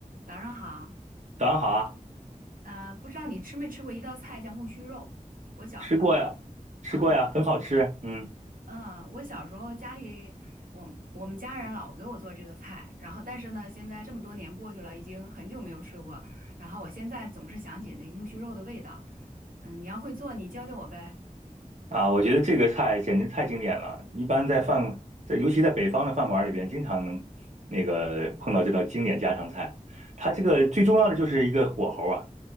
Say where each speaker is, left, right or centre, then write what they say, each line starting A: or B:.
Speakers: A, on the right (about 85°); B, on the right (about 55°).
A: 早上好，
B: 早上好啊，
A: 呃，不知道你吃没吃过一道菜叫木须肉？我小时候
B: 吃过呀，吃过呀，
A: 啊，
B: 很好吃。嗯
A: 嗯，我小时候家里，我我们家人老给我做这个菜，然后但是呢，现在这么多年过去了，已经很久没有吃过，然后我现在总是想起那个木须肉的味道。嗯，你要会做，你教教我呗。
B: 啊，我觉得这个菜简直太经典了，一般在饭，在尤其在北方的饭馆里边，经常能那个碰到这道经典家常菜。它这个最重要的就是一个火候啊，